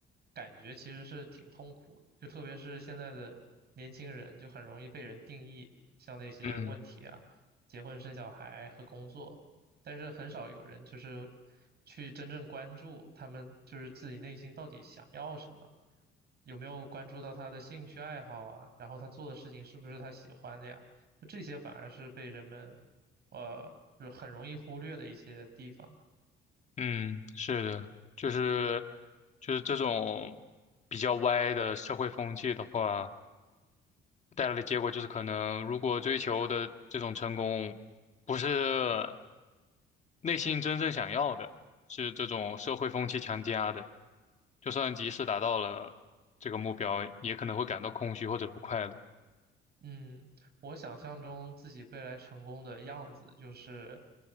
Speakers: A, on the right (about 55°); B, on the left (about 35°).
A: 感觉其实是挺痛苦的，就特别是现在的年轻人，就很容易被人定义，像那些问题啊。
B: 嗯
A: 结婚生小孩和工作，但是很少有人就是去真正关注他们就是自己内心到底想要什么，有没有关注到他的兴趣爱好啊，然后他做的事情是不是他喜欢的呀？就这些反而是被人们呃就很容易忽略的一些地方。
B: 嗯，是的，就是就是这种比较歪的社会风气的话，带来的结果就是可能如果追求的这种成功不是内心真正想要的，是这种社会风气强加的，就算即使达到了这个目标，也可能会感到空虚或者不快乐。
A: 嗯，我想象中自己未来成功的样子就是